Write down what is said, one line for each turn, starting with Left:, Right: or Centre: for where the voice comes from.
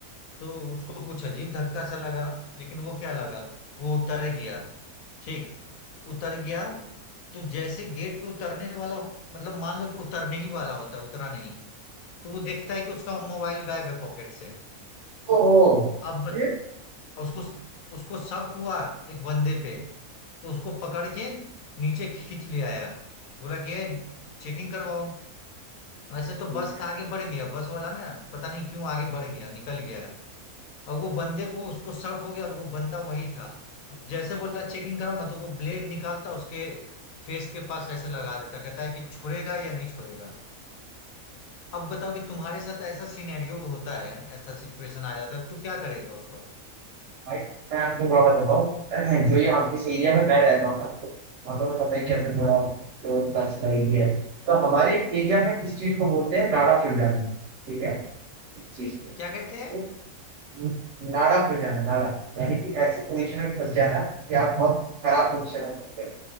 Left: तो उसको कुछ अजीब धक्का सा लगा लेकिन वो क्या लगा वो उतर गया ठीक उतर गया तो जैसे गेट पे उतरने वाला हो मतलब मान लो कि उतरने ही वाला होता है उतरा नहीं तो वो देखता है कि उसका मोबाइल गायब है पॉकेट से
Right: ओहो
Left: अब बच्चों
Right: ये
Left: उसको उसको शक हुआ एक बंदे पे तो उसको पकड़ के नीचे खींच ले आया बोला कि ये चेकिंग करवाओ वैसे तो
Right: ठीक
Left: बस
Right: है
Left: आगे बढ़ गया बस वाला ना पता नहीं क्यों आगे बढ़ गया निकल गया और वो बंदे को उसको शक हो गया और वो बंदा वही था अब जैसे बोला चेकिंग कराओ ना तो वो ब्लेड निकालता उसके फेस के पास ऐसे लगा देता कहता है कि छोड़ेगा या नहीं छोड़ेगा अब बताओ कि तुम्हारे साथ ऐसा सिनेरियो होता है ऐसा सिचुएशन आ जाता है तो क्या करेगा उस वक्त
Right: भाई मैं आपको हुआ बताता हूँ <clears throat> जो ये हम जिस एरिया में मैं रहता हूँ ना मतलब को पता ही क्या मैं थोड़ा प्योर कास्ट का अच्छा एरिया है तो हमारे एरिया में किस चीज को बोलते हैं नाड़ा प्रजाना ठीक है इस चीज के
Left: क्या कहते
Right: तो
Left: हैं
Right: वो नाड़ा प्रजाना नाड़ा यानी कि ऐसे पोजिशन में फंस जाना कि आप बहुत खराब पोजिशन में फंस गए